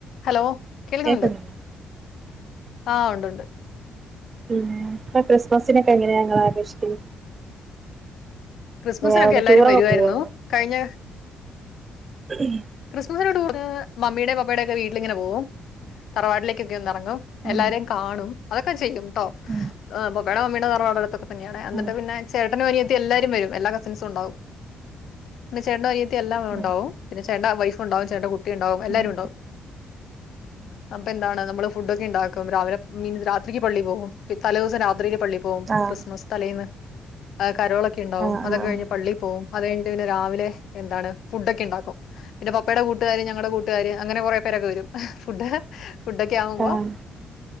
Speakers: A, on the left (about 70°); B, on the right (about 35°).
A: Hello കേൾക്കുന്നുണ്ട്
B: കേക്കുന്നില്ലേ
A: ആ ഉണ്ട് ഉണ്ട്
B: ഉം അപ്പൊ ക്രിസ്മസിനൊക്കെ എങ്ങനെയാ ഇങ്ങൾ ആഘോഷിക്കല്
A: ക്രിസ്മസിനൊക്കെ
B: അവിടെ
A: എല്ലാരും
B: ടൂറൊക്കെ
A: വരുവായിരുന്നു
B: പോവോ
A: കഴിഞ്ഞ
B: <unintelligible>
A: ക്രിസ്മസിനോടു കൂടെ മമ്മിടെം പപ്പായുടെ ഒക്കെ വീട്ടിലിങ്ങനെ പോകും തറവാട്ടിലേക്കൊക്കെ ഒന്ന് ഇറങ്ങും
B: ഇങ്ങള്
A: എല്ലാരേം കാണും അതൊക്കെ ചെയ്യുംട്ടോ
B: ഉം
A: പപ്പായുടെ മമ്മീടെം തറവാട് ഒക്കെ തന്നെയാണ്
B: ഉം
A: എന്നിട്ട് പിന്നെ ചേട്ടനും അനിയത്തി എല്ലാരും വരും എല്ലാ കസിൻസും ഉണ്ടാവും പിന്നെ ചേട്ടനിയ എല്ലാം
B: ഉം
A: ഉണ്ടാവും പിന്നെ ചേട്ടന്റെ വൈഫ് ഉണ്ടാവും ചേട്ടന്റെ കുട്ടി ഇണ്ടാവും എല്ലാരും
B: ഉം ഉം
A: ഇണ്ടാവും അപ്പൊ എന്താണ് നമ്മള് ഫുഡൊക്കെ ഇണ്ടാക്കും രാവിലെ മീൻസ് രാത്രിക്ക് പള്ളി പോവും തലേ ദിവസം രാത്രിയില് പള്ളി പോകും
B: ആഹ്
A: ക്രിസ്മസ് തലേന്ന് കരോളൊക്കെ ഉണ്ടാവും
B: ആഹ്
A: അതൊക്കെ
B: ആഹ്
A: കഴിഞ്ഞ് പള്ളി പോവും അത് കഴിഞ്ഞിട്ട് പിന്നെ രാവിലെ എന്താണ് ഫുഡ് ഒക്കെ ഉണ്ടാക്കും പിന്നെ പപ്പേടെ കൂട്ടുകാര് ഞങ്ങടെ കൂട്ടുകാര് അങ്ങനെ കൊറെ പേരൊക്കെ വരും ഫുഡ് ഫുഡൊക്കെ ആവ്മ്പോ
B: ആഹ്